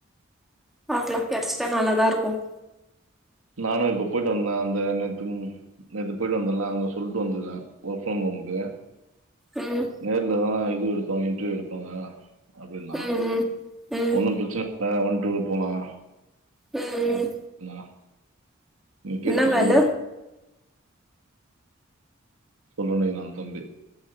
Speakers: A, in the centre; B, on the right (about 80°).
A: பாக்கலாம் கெடைச்சிட்டா நல்லாதா இருக்கும்
B: நானும் இப்ப போயிட்டு வந்தேன் அந்த நேத்து நேத்து போயிட்டு வந்தல அவங்க சொல்லிட்டு வந்துருகேன் ஒர்க் ஃப்ரம் ஹோம்கு
A: ம்
B: நேர்லதான் எடுப்பாங்க இன்டர்வியூ எடுப்பாங்க அப்டின்னா
A: ம் ம் ம்
B: ஒண்ணும் பிரச்சனை ஆ ஒன் டூர்ரு போலாம் <inaudible>
A: ம் ம்
B: உம் கேட்டு
A: என்ன வேல
B: சொல்லு சொல்லு நான் தம்பி